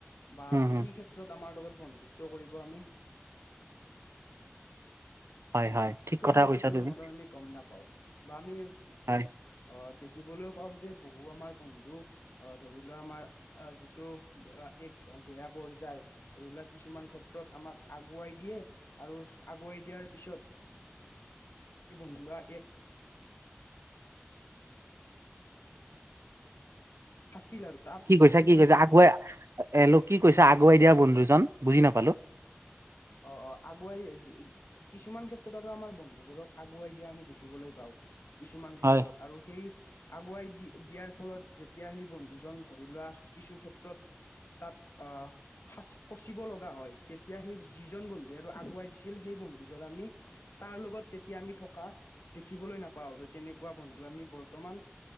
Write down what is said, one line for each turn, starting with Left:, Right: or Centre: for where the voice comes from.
Left: বা
Right: উম হম
Left: কি ক্ষেত্ৰত আমাৰ লগত বন্ধুত্ব কৰিব আমি
Right: হয় হয় ঠিক
Left: চলি
Right: কথা
Left: আছে
Right: কৈছা
Left: তেওঁৰ
Right: তুমি
Left: মনত আমি গম নাপাওঁ বা আমি
Right: হয়
Left: আহ দেখিবলৈও পাওঁ যে বহু আমাৰ বন্ধু ধৰি লোৱা আমাৰ যিটো এক বেয়া পৰ্যায় ধৰিলোৱা কিছুমান ক্ষেত্ৰত আমাক আগুৱাই দিয়ে আৰু আগুৱাই দিয়াৰ পিছত বন্ধ লোৱা এক ফাঁচিল আৰু তাত
Right: কি কৈছা
Left: যি
Right: কি কৈছা আকৌ এ লোক কি কৈছা আগুৱাই দিয়া বন্ধুজন বুজি নাপালো।
Left: অ', অ', আগুৱাই কিছুমান ক্ষেত্ৰত আৰু আমাৰ বন্ধুবোৰক আগুৱাই দিয়া আমি দেখিবলৈ পাওঁ। কিছুমান ক্ষেত্ৰত
Right: হয়
Left: আৰু সেই আগুৱাই দি দিয়াৰ ফলত যেতিয়া সেই বন্ধুজন ধৰি লোৱা কিছু ক্ষেত্ৰত তাত অ', ফচ ফচিব লগা হয় তেতিয়া সেই যিজন বন্ধুে আৰু আগুৱাই দিছিল সেই বন্ধু জন আমি তাৰ লগত তেতিয়া আমি থকা দেখিবলৈ নাপাওঁ তেনেকুৱা বন্ধু আমি বৰ্তমান